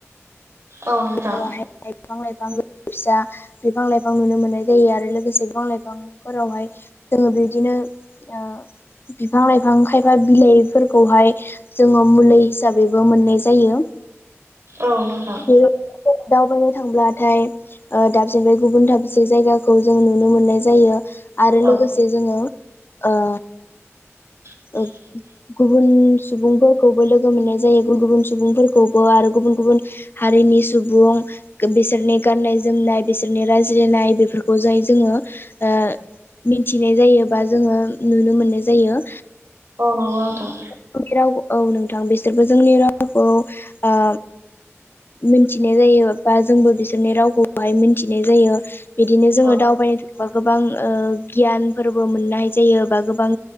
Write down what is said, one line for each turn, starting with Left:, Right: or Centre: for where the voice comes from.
Right: औ नोंथां
Left: <unintelligible> बिफां लाइफां फिसा बिफां लाइफां नुनो मोननाय जायो आरो लोगोसे बिफां लाइफां फोरावहाय जोङो बिदिनो ओ बिफां लाइफां खायफा बिलाइफोरखौहाय जोङो मुलि हिसाबैबो मोननाय जायो
Right: औ नोंथां
Left: बे दावबायनो थांब्लाथाय दाबसेनिफ्राय गुबुन दाबसे जायगाखौ जों नुनो मोननाय जायो आरो
Right: औ
Left: लोगोसे जोङो ओ
Right: <inaudible>
Left: ओ गुबुन सुबुंफोरखौबो लोगो मोननाय जायो गुबुन गुबुन सुबुंफोरखौबो आरो गुबुन गुबुन हारिनि सुबुं बिसोरनि गाननाय जोमनाय बिसोरनि रायज्लायनाय बेफोरखौ जाय जोङो ओ मिथिनाय जायो बा जोङो नुनो मोननाय जायो
Right: ओ नंगौ नोंथां
Left: जों राव औ नोंथां बिसोरबो जोंनि रावखौ आ मिनथिनाय जायो बा जोंबो बिसोरनि रावखौहाय मिनथिनाय जायो बिदिनो जोङो
Right: औ
Left: दावबायनो थांबा गोबां ओ गियानफोरबो मोननाय जायो बा गोबां